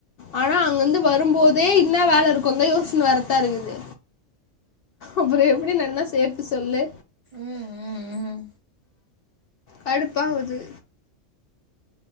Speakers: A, on the left; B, on the right.
A: ஆனா அங்கிருந்து வரும்போதே இன்ன வேல இருக்குன்தா யோசிச்னு வரதா இருக்குது அப்பற எப்படி நன்னா சேத்து சொல்லு
B: ம் ம் ம்
A: கடுப்பாவுது